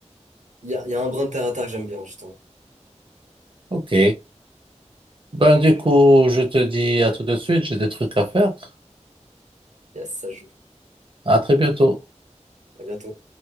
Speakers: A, on the right; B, on the right.
A: il y a, il y a un brin de terre à terre que j'aime bien, justement.
B: Ok. Ben, du coup, je te dis à tout de suite, j'ai des trucs à faire.
A: Yes, ça joue.
B: À très bientôt.
A: À bientôt.